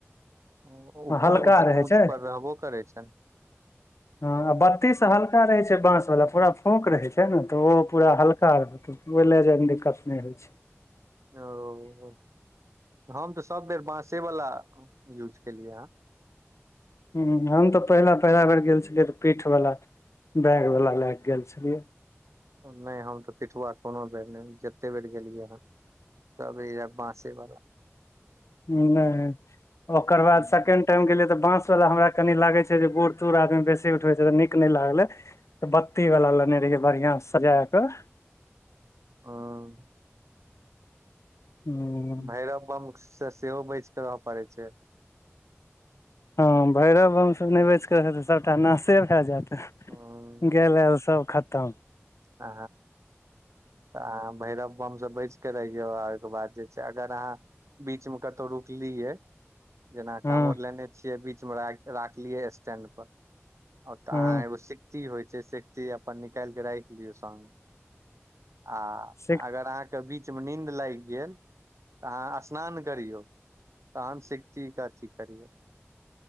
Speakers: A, on the right; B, on the left.
A: <inaudible> ऊपर
B: हल्का
A: ऊच
B: रहै
A: ऊच
B: छै
A: पर रहबो करै छैय।
B: ह बत्ती से हल्का रहै छैय बांस वाला पूरा फूंक रहै छैय ने तऽ ओहो पूरा हल्का रहतौ ओ लए जाइमे दिक्कत नहि होइ छैय
A: ओ हम तऽ सब बेर बासे वाला यूज केलियै
B: हु हम तऽ पहिला पहिला बेर गेल छलियै तऽ पीठ बला बैगवला लैकेऽ गेल छलियै
A: नहि हम तऽ पिठुआ कोनो बेर नहि जते बेर गेलियै हन सब बाँसे बला
B: नहि ओकर बाद
A: हम्म,
B: सेकेंड टाइम गेलै तऽ बांस वाला हमरा कनी लागे छैय जे बुड़-तुड़ आदमी बेसी उठे छैय त नीक नहि लागल बत्ती वला लेने रहियै बढ़ियां से सजा कऽ
A: ह
B: हूँ
A: भैरव बम से सेहो बच के रहय पड़े छैय
B: ह भैरव बम सब नहि बचकेऽ ह तऽ सबटा नाशे भए जायत
A: अहाँ
B: गेल आ सभ खतम
A: हा तऽ अहाँ भैरव बमसँ बचि कऽ रहियौ आ ओहिके बाद जे छैय अगर अहाँ बीच मे कतौ रुकली यै जेना
B: हँ
A: कावर लेने छियै बीचमे राख राखलियै स्टैंड पर ओ तऽ
B: हँ
A: अहाँ एगो सिकटी होइ छै सिकटी अपन निकालि कऽ राखि लियौ सङ्गमे आ
B: सिक
A: अगर अहाँ के बीच मे नींद लागि गेल तऽ अहाँ स्नान करियौ तानसिक ची काची करियये